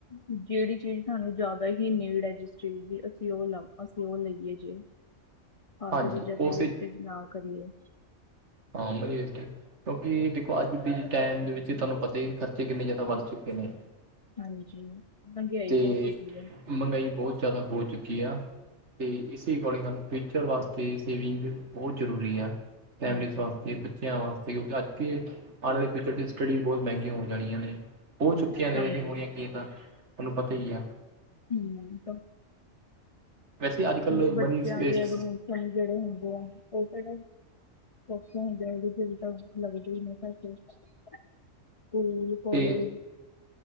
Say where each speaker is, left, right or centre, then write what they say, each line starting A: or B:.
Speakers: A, on the left; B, on the right.
A: ਜਿਹੜੀ ਚੀਜ਼ ਸਾਨੂੰ ਜਿਆਦਾ ਹੀ ਨੀਡ ਹੈ ਜਿਸ ਚੀਜ਼ ਦੀ ਅਸੀਂ ਉਹ ਅਸੀਂ ਉਹ ਲਈਏ ਜੇ। ਫਾਲਤੂ
B: ਹਾਂਜੀ
A: ਚੀਜ਼ਾਂ
B: ਉਸ
A: ਤੇ ਵੇਸਟਜ ਨਾ ਕਰੀਏ।
B: <inaudible> ਕਿਉਂਕਿ ਦੇਖੋ ਅੱਜ ਦੇ ਟਾਈਮ ਦੇ ਵਿੱਚ ਤੁਹਾਨੂੰ ਪਤਾ ਹੀ ਖਰਚੇ ਕਿੰਨੇ ਜ਼ਿਆਦਾ ਵੱਧ ਚੁੱਕੇ ਨੇ।
A: ਹਾਂਜੀ ਮਹਿੰਗਿਆਾਈ
B: ਤੇ
A: ਬਹੁਤ ਹੋ ਗਈ ਹੈ।
B: ਮਹਿੰਗਾਈ ਬਹੁਤ ਜ਼ਿਆਦਾ ਹੋ ਚੁੱਕੀ ਆ। ਅਤੇ ਇਸੇ ਅਕੋਡਿੰਗ ਸਾਨੂੰ ਫਿਊਚਰ ਵਾਸਤੇ ਸੇਵਿੰਗ ਬਹੁਤ ਜ਼ਰੂਰੀ ਆ। ਫੈਮਲੀ
A: ਹਾਂਜੀ
B: ਵਾਸਤੇ। ਬੱਚਿਆਂ ਵਾਸਤੇ ਕਿਉਂਕਿ ਅੱਜ ਆਉਣ ਵਾਲੇ ਪਿਚਰ ਚ ਸਟੱਡੀ ਬਹੁਤ ਮਹਿੰਗੀਆਂ ਹੋ ਜਾਣੀਆਂ ਨੇ। ਹੋ ਚੁੱਕਿਆ ਨੇ
A: ਹਾਂਜੀ
B: ਹੋਣੀਆਂ ਕੀਦਾਂ, ਤੋਨੂੰ ਪਤਾ ਈ ਯਾ।
A: ਹੂੰ
B: ਵੈਸੇ ਅੱਜ
A: <unintelligible>
B: ਕੱਲ੍ਹ
A: ਬੱਚੇਆਂ
B: ਮਨੀ ਵੇਸਟ
A: ਦੇ ਐਡਮਿਸ਼ਨ ਜੇੜੇ ਹੁੰਗੇ ਆ, ਓ ਕੇੜਾ ਸੋਖੇ ਹੁੰਦੇ <unintelligible> ਤੇ ਤਾਂ ਲੱਗਦੇ ਈ ਨੇ ਪੈਸੇ। ਸਕੂਲ ਕੋਲੇਜ
B: ਤੇ